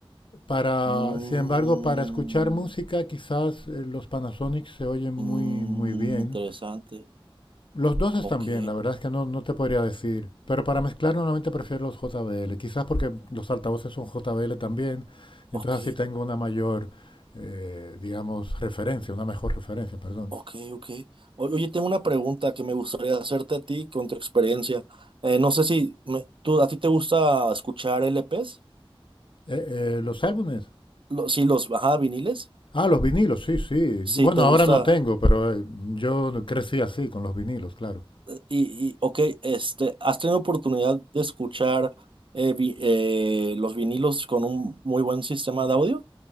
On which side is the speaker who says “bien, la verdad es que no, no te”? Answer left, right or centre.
Left